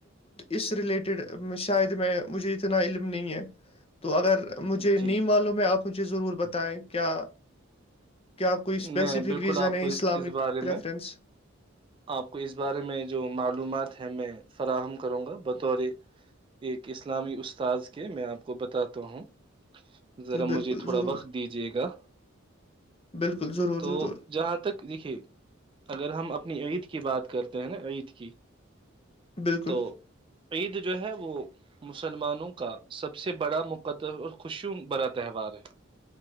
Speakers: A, on the left (about 30°); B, on the right (about 25°).
A: اس ریلیٹڈ شاید میں مجھے اس اتنا علم نہیں ہے تو اگر مجھے
B: جی
A: نیم معلوم ہے آپ مجھے ضرور بتائیں کیا کیا کوئی اسپیسیفک
B: میں بالکل
A: ریزن
B: آپ
A: ہے
B: کو
A: اسلامک
B: اس بارے
A: پریفرنس
B: میں آپ کو اس بارے میں جو معلومات ہے میں فراہم کروں گا بطور یہ کس اسلامی استاذ کے میں آپ کو بتاتا ہوں ذرا
A: بالکل
B: مجھے تھوڑا
A: ضرور
B: وقت دیجیے گا
A: بالکل ضرور
B: تو
A: ضرور
B: جہاں تک دیکھیے اگر ہم اپنی عید کی بات کرتے ہیں نا عید کی
A: بالکل
B: تو عید جو ہے وہ مسلمانوں کا سب سے بڑا مقدر اور خوشی برا تہوار ہے